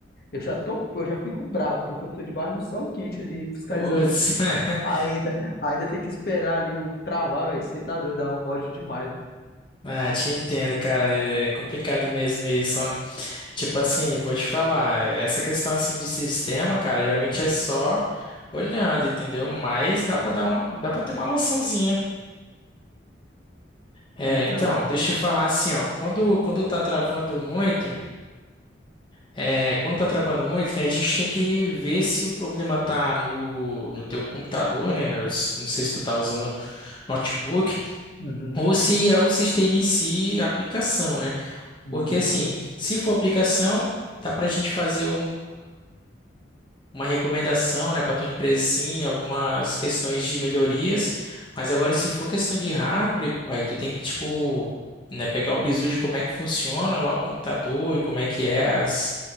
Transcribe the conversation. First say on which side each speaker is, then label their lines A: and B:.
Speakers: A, on the left; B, on the left.
A: eu já tô, eu já fico bravo, porque eu tô debaixo do sol quente ali, fiscalizando
B: Putz.
A: o trecho.
B: <laughs>
A: Ainda, ainda tem que esperar ali o travar, velho. Você tá doido, dá um ódio demais.
B: Ah, te entendo, cara. É complicado mesmo isso, ó. Tipo assim, vou te falar, essa questão assim de sistema, cara, geralmente é só olhando, entendeu? Mas dá pra dar uma, dá para ter uma noçãozinha. É,
A: Então,
B: então, deixa eu falar assim, ó, quando, quando tá travando muito, é, quando tá travando muito, né, a gente tem que ver se o problema tá no, no teu computador, né, no- não sei se tu tá usando notebook,
A: uhum,
B: ou se é o sistema em si, a aplicação, né,
A: uhum,
B: porque assim, se for aplicação, dá pra gente fazer uma recomendação, né, para tua empresa, sim, algumas questões de melhorias. Mas agora, se for questão de hardware, pô, aí tu tem que, tipo, né, pegar o bizu de como é que funciona lá o computador e como é que é as,